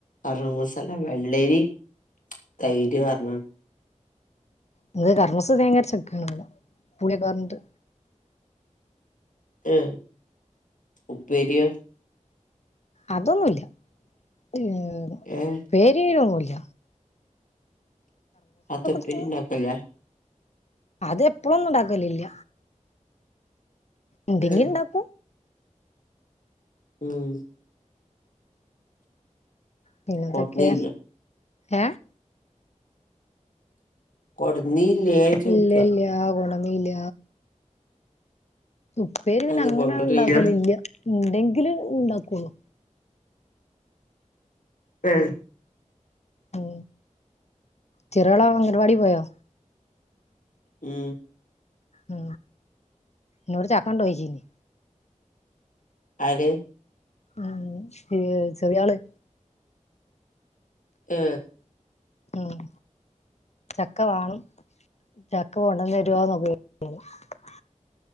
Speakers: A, on the left (about 85°); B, on the left (about 55°).
A: അറൂസല വെള്ളരി തൈര് പാർന്ന്
B: നിങ്ങക്ക് കർമൂസ തേങ്ങ അരച് വെക്കാണ് ഇവിടെ പുളിയൊക്ക പാർന്നിട്ട്
A: ഏ ഉപ്പേരിയോ?
B: അതൊന്നുംല്ല ഉപ്പേരി
A: ഏഹ്
B: ഒന്നുംല്ല
A: അതെന്താ ഉപ്പേരി
B: തന്നെ
A: ഇണ്ടാകെല്ലാ
B: അത് എപ്പോളും ഒന്നും ഉണ്ടാക്കലില്ല എന്തെങ്കിലുണ്ടാക്കും
A: ഏഹ് ഉം
B: പിന്നന്തോക്കെ
A: കൊട്ന്നീല്ല
B: ഏ
A: കൊടുന്നീല്ലേ ചോദിക്ക
B: ഇല്ല ഇല്ല കൊണ്ടോന്നീല്ല ഉപ്പേരി പിന്നെ
A: അന്ന്
B: അങ്ങനെങ്ങട്ട്
A: കൊണ്ടുവരില്ല
B: ഉണ്ടാക്കലില്ല ഉണ്ടെങ്കിൽ ഉണ്ടാക്കുള്ളൂ
A: ആ
B: ഉ ചെറിയോൾ അംഗൻവാടി പോയോ
A: മ്
B: ഉ ഇന്നോട് ചാക്കണ്ടോ ചോയിച്ചീനി
A: ആര്
B: ആ ചെറിയ ആള്
A: ഹേ
B: ഉം ചക്ക വാണം ചക്ക കൊണ്ട്ന്ന് തരോന്ന് ഒക്കെ <unintelligible>